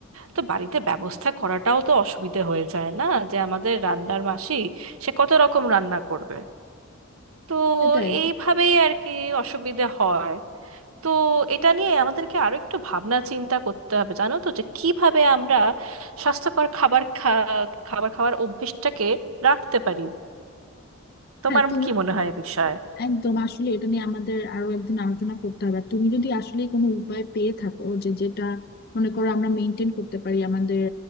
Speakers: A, on the right (about 80°); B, on the left (about 45°).
A: তো বাড়িতে ব্যবস্থা করাটাও তো অসুবিধে হয়ে যায় না যে আমাদের রান্নার মাসি সে কত রকম রান্না করবে তো
B: সেটাই
A: এইভাবেই আর কি অসুবিধে হয় তো এটা নিয়ে আমাদেরকে আরো একটু ভাবনা চিন্তা করতে হবে জানো তো যে কিভাবে আমরা স্বাস্থ্যকর খাবার খা খাবার খাওয়ার অভ্যেসটাকে রাখতে পারি তোমার
B: হ্যাঁ তুমি
A: কি মনে হয় এ বিষয়ে
B: একদম আসলে এটা নিয়ে আমাদের আরো একদিন আলোচনা করতে হবে আর তুমি যদি আসলে কোনো উপায় পেয়ে থাকো যে যেটা মনে করো আমরা মেনটেন করতে পারি আমাদের